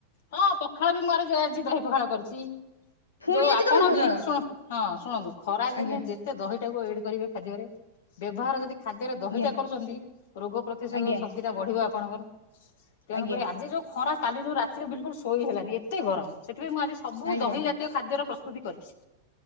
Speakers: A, on the left; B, on the left.
A: ହଁ ପଖାଳ ବି <unintelligible> ଆଜି ଦହି ପଖାଳ କରିଚି।
B: ଫୁଣି
A: ଯୋଉ
B: ଆଜି
A: ଆପଣ
B: ଦହି ପଖାଳ
A: ବି ଶୁଣ ହଁ ଶୁଣନ୍ତୁ ଖରାଦିନେ
B: ଆଜ୍ଞା
A: ଯେ ସେ ଦହିଟାକୁ ଏଡ୍ କରିବେ ଖାଦ୍ୟରେ, ବ୍ୟବହାର ଯଦି ଖାଦ୍ୟରେ ଦହିଟା
B: ଆଜ୍ଞା
A: କରୁଚନ୍ତି, ରୋଗ ପ୍ରତିଶୋଧ
B: ଆଜ୍ଞା
A: ଶକ୍ତି ଟା ବଢିବ ଆପଣଙ୍କର। ତେଣୁକରି
B: ଆଜ୍ଞା
A: ଆଜି ଯୋଉ ଖରା କାଲି ଯୋଉ ରାତିରେ ବିଲକୁଲ୍ ଶୋଇ ହେଲାନି ଏତେ ଗରମ୍, ସେଥିପାଇଁ ମୁଁ ଆଜି ସବୁ
B: ଆଜ୍ଞା
A: ଦହି ଜା ତୀୟ ଖାଦ୍ୟର ପ୍ରସ୍ତୁତି କରିଛି।